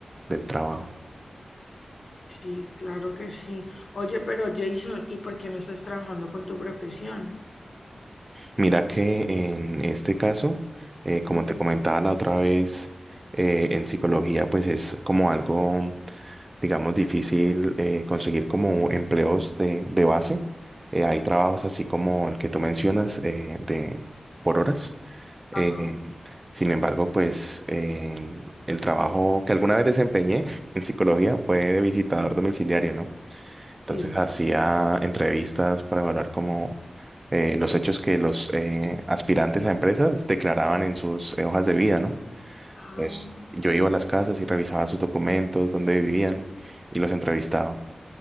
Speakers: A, on the right; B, on the left.
A: del trabajo.
B: Sí, claro que sí. Oye, pero Jason, ¿y por qué no estás trabajando con tu profesión?
A: Mira que en este caso, eh, como
B: Mm.
A: te comentaba la otra vez, eh, en psicología pues es como algo, digamos, difícil eh, conseguir como empleos de, de base. Eh, hay trabajos así como el que tú mencionas eh, de por horas. Eh,
B: Ajá.
A: sin embargo, pues eh, el trabajo que alguna vez desempeñé <laughs> en psicología fue de visitador domiciliario, ¿no? Entonces
B: Sí.
A: hacía entrevistas para evaluar cómo eh, los hechos que los eh, aspirantes a empresas declaraban en sus eh, hojas de vida, ¿no?
B: Ah,
A: Entonces yo iba a las casas y revisaba sus documentos, dónde vivían y los entrevistaba.